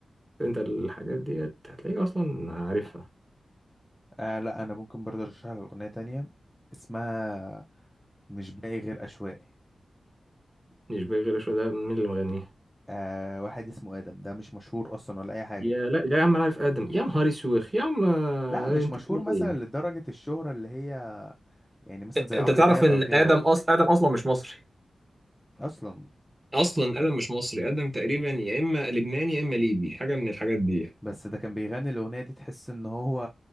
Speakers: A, on the right (about 15°); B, in the centre.
A: انت الحاجات ديت هتلاقيك اصلا عارفها
B: آه لا انا ممكن برضه ارشح لك أغنية تانية اسمها مش باقي غير أشواقي
A: مش باقي غير شويه ده مين اللي مغنيها
B: آه واحد اسمه آدم ده مش مشهور أصلا ولا أي حاجة
A: يا لا لا يا عم انا عارف ادم يا نهار اسوخ يا عم
B: لا مش
A: انت
B: مشهور
A: بتقول
B: مثلا
A: ايه
B: لدرجة الشهرة اللي هي يعني مثلا زي
A: انت
B: عمرو
A: تعرف
B: دياب
A: ان
B: او كده
A: ادم أص... ادم اصلا مش مصري
B: اصلا
A: اصلا ادم مش مصري ادم تقريبا يا اما لبناني يا اما ليبي حاجه من الحاجات دي
B: بس ده كان بيغني الاغنية دي تحس ان هو